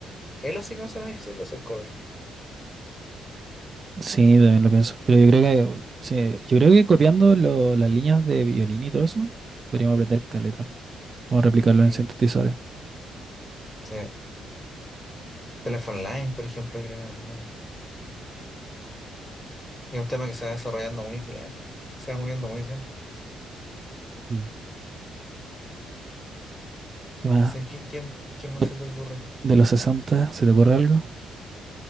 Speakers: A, in the centre; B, on the right.
A: Elo sí que me suena difícil de hacer cover.
B: Sí, también lo pienso. Pero yo creo que, sí, yo creo que copiando lo- las líneas de violín y todo eso, podríamos aprender caleta. Vamos a replicarlo
A: Mm,
B: en sintetizadores.
A: sí. Telephone Line, por ejemplo, creo que también. Y un tema que se va desarrollando muy bien, pues. se va moviendo muy bien.
B: Mm. ¿Qué más?
A: No sé, ¿quién, quién, quién más
B: De,
A: se te ocurre?
B: de los 60, ¿se te ocurre algo?